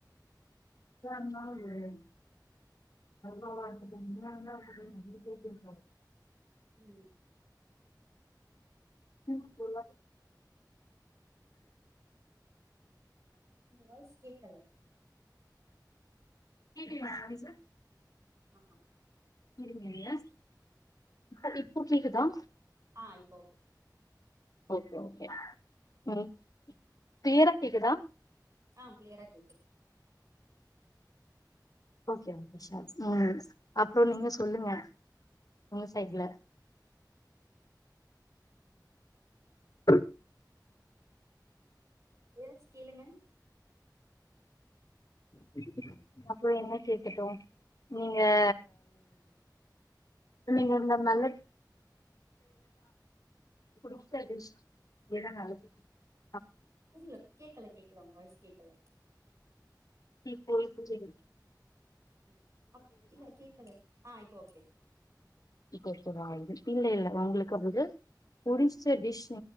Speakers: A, on the left; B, on the right.
A: எப்டிய இருந்தாலும்
B: உம்
A: உம் போலம்
B: உங்க வாய்ஸ் கேக்கல
A: கேக்குதா வாய்ஸ்
B: ஹா ஹ
A: இருங்க-இருங்க சார் இப்போ கேக்குதா
B: ஆ இப்போ ஓகே
A: ஓகே-ஓகே <unintelligible> பேர கேக்குதா
B: ஆஹ் கிளியரா கேக்குது
A: ஓகேஓகேஷார் அப்புறம் நீங்க சொல்லுங்க உங்க சைட்ல ஹ
B: ஏதாச்சும் கேளுங்க
A: <unintelligible> அப்புறம் என்ன கேக்கட்டும் நீ ஏ நீங்க நல்ல <unintelligible>
B: புரியில கேக்ல கேக் எல்லாம் வாய்ஸ் கேட்கலா
A: நீ போயி பிச்சை எடு
B: ம் ஆஹ்இல்ல கேக்கல ஆஹ் இப்போ ஓகே
A: இப்ப இப்பதான் வந்து இல்ல இல்ல
B: ம்
A: உங்களுக்கு அவ்வளது புடிச்ச டிஸ்